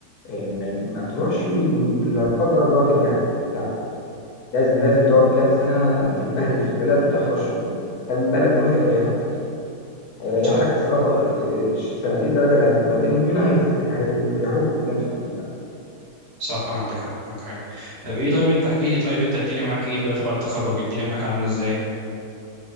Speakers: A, on the left; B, on the right.
A: آه، ما, ما تروحش و- ولا قدر الله ترجع تاني لا لازم لازم تقعد كام سنة تتبهدل في البلد وتحفظ شغلك خلي بالك دول هيريحوك كتير هيريحك
B: صح
A: السفر السنتين ثلاثة اللي هتتبهدلهم هنا هيت- هيريحوك قدام في المستقبل
B: صح عندك حق عندك حق طب ايه طيب انت احكي لي طيب انت الدنيا معاك ايه دلوقتي بعد التخرج الدنيا معاك عامله ازاي